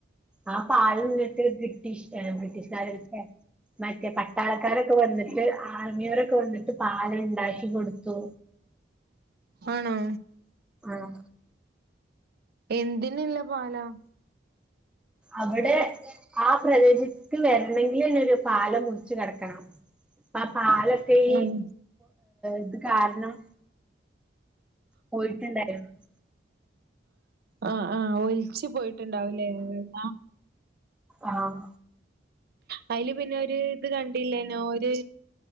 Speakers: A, in the centre; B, on the right.
A: ആ പാലന്നിട്ട് ബ്രിട്ടീഷ് ബ്രിട്ടീഷുകാരൊക്ക മറ്റേ പട്ടാളക്കാരൊക്കെ വന്നിട്ട് ആർമിയോര ഒക്കെ വന്നിട്ട് പാലം ഉണ്ടാക്കി കൊടുത്തു
B: ആണോ
A: ആഹ്
B: എന്തിനില്ല പാലം
A: അവിടെ ആ പ്രദേശിക്ക് വരണഎങ്കില് എന്നെരു പാലം മുറച്ച് കടക്കണം അ പാലതെക്ക്
B: ആഹ്
A: ഈ ഇത് കാരണം പോയിട്ടുണ്ടായിരുന്നു
B: ആഹ് ആഹ് ഒലിച്ച് പോയിട്ടുണ്ടാവുലേ അതെല്ലാം
A: ആഹ്
B: അതില് പിന്നെ ഒരു ഇത് കണ്ട ല്ലന ഒരു